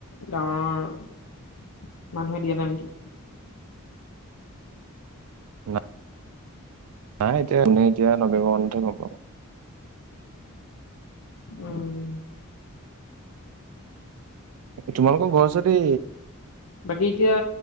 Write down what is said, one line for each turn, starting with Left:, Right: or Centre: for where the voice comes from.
Left: গাঁৱৰ মানুহে দিয়া নাই নেকি?
Right: না- নাই এতিয়া এনেই নৱেব মানতে হব।
Left: উম
Right: তোমালোকৰ ঘৰ যদি
Left: বাকী এতিয়া